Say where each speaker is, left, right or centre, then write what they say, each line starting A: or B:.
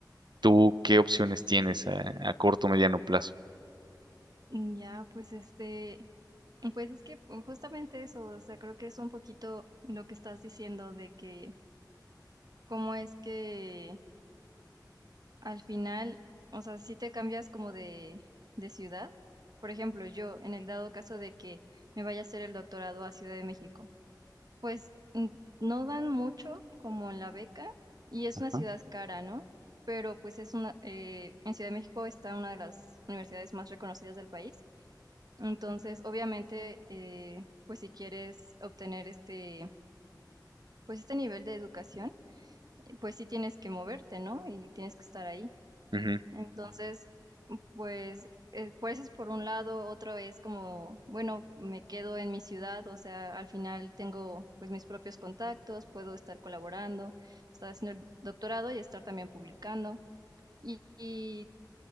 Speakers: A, on the right (about 80°); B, on the right (about 60°).
A: ¿Tú qué opciones tienes a, a corto o mediano plazo?
B: Mm, Ya, pues este, pues es que mm, justamente eso, o sea, creo que es un poquito lo que estás diciendo de que cómo es que al final, o sea, si te cambias como de, de ciudad. Por ejemplo, yo, en el dado caso de que me vaya a hacer el doctorado a Ciudad de México, pues n- no dan mucho como en la beca y es
A: Ajá,
B: una ciudad cara, ¿no? Pero pues es una, eh, en Ciudad de México está una de las universidades más reconocidas del país. Entonces, obviamente, eh, pues si quieres obtener este, pues este nivel de educación, eh, pues sí tienes que moverte, ¿no? Y tienes que estar ahí.
A: Ujú,
B: Entonces, pues, eh, pues es por un lado, otro es como, bueno, me quedo en mi ciudad, o sea, al final tengo pues mis propios contactos, puedo estar colaborando, estar haciendo el doctorado y estar también publicando. Y, y,